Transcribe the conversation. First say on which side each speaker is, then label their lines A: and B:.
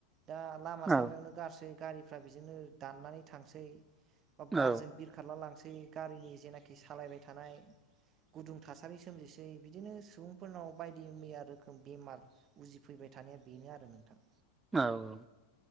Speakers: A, on the right (about 35°); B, on the right (about 15°).
A: दा लामा
B: औ
A: सामायावनो गारसै गारिफ्रा बिदिनो दाननानै थांसै। बा
B: औ
A: बारजों बिरखारला लांसै गारिनि जेनाखि सालायबाय थानाय। गुदुं थासारि सोमजिसै बिदिनो सुबुंफोरनाव बायदि मैया रोखोम बेमार उजिफैबाय थानाया बेनो आरो नोंथां।
B: औ औ।